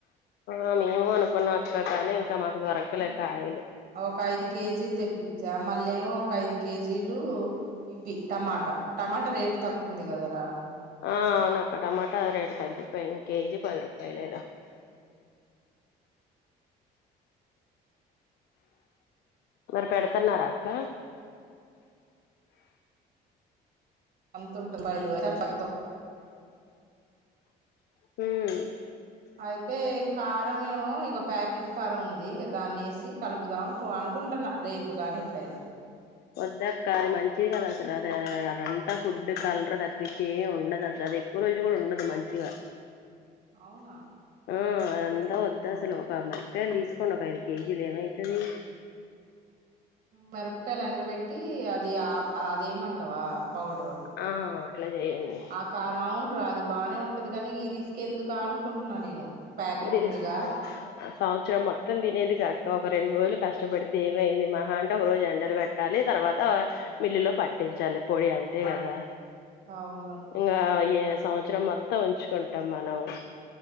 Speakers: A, on the left; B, on the right.
A: ఆ మేము అనుకున్నాం అక్క కానీ ఇంకా మాకు దొరకలే కాయలు
B: ఒక ఐదు కేజీలు తెప్పించా మళ్ళ ఏమో ఒక ఐదు కేజీలు ఇవి టమాటా టమాటా రేట్ తక్కువ ఉంది కదరా
A: ఆ అవును అక్క టమాటా రేటు తగ్గిపోయింది కేజీ పది రూపాయలేగా మరి పెడుతున్నారా అక్క
B: అ అంతుంటది రూపాయలు అయితే అట్లొత్తం
A: మ్మ్
B: అయితే కారం ఏమో ఇగా ప్యాకెట్ కారం ఉంది దాన్నిేసి కలుపుదాం అనుకుంటున్నా రేపు గాని ఎప్పుడైనా
A: వద్దక్క అది మంచిది కాదు అసలు అది అదంతా ఫుడ్ కలరు తప్పించి ఏముండదు అసలు అది ఎక్కువ రోజులు కూడా ఉండదు మంచిగా
B: అవునా
A: ఆ అంతా వద్దు అసలు ఒక మిరపకాయలు తీసుకోండి ఒక ఐదు కేజీలు ఏమైతది
B: మిరపకాయలు ఎండబెట్టి అది ఆ అదేమంటావా పౌడరు
A: ఆ అట్లా చేయండి
B: ఆ కార్ అవును రా అది బాగానే ఉంటది కానీ ఈ రిస్క్ ఎందుకు ఆ అనుకుంటున్నా నేను ప్యాకెట్
A: అరే
B: ఉందిగా
A: ఆ సంవత్సరం మొత్తం తినేది కాక ఒక రెండు రోజులు కష్టపడితే ఏమైంది మహా అంటే ఒక రోజు ఎండలు పెట్టాలి తర్వాత మిల్లులో పట్టించాలి అల్ పొడి అంతే కదా
B: అవును
A: ఇంకా ఏ సంవత్సరం మొత్తం ఉంచుకుంటాం మనం